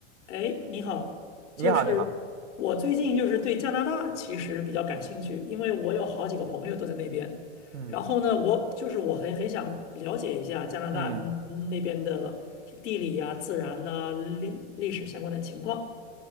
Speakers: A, on the left (about 70°); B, on the right (about 80°).
A: 哎，你好，
B: 你好，
A: 就是我最近就是对加拿大其实比较感兴趣，
B: 你好，
A: 因为我有好几个朋友都在那边。
B: 嗯
A: 然后呢，我就是我很很想了解一下加拿大嗯那边的地理呀、
B: 嗯，
A: 自然呐、历历史相关的情况。